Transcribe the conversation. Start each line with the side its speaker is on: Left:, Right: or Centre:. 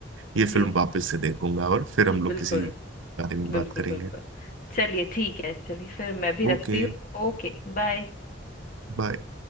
Right: ये फिल्म
Left: जी
Right: वापस से देखूंगा और फिर
Left: जी
Right: हम लोग
Left: बिल्कुल
Right: किसी बारे में
Left: बिल्कुल
Right: बात करेंगे
Left: बिल्कुल चलिए ठीक है चलिए फिर मैं भी रखती
Right: ओके
Left: हूँ ओके बाय
Right: बाय